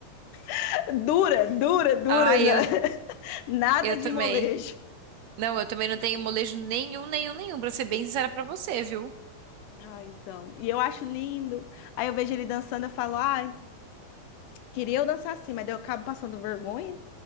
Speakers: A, on the left (about 85°); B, on the right (about 75°).
A: <laughs> dura, dura, dura,
B: Ah,
A: né?
B: eu,
A: <laughs> Nada
B: eu
A: de
B: também.
A: molejo.
B: Não, eu também não tenho molejo nenhum, nenhum, nenhum, pra ser bem sincera pra você, viu?
A: Ah, então. E eu acho lindo. Aí eu vejo ele dançando, eu falo, ai, queria eu dançar assim, mas daí eu acabo passando vergonha.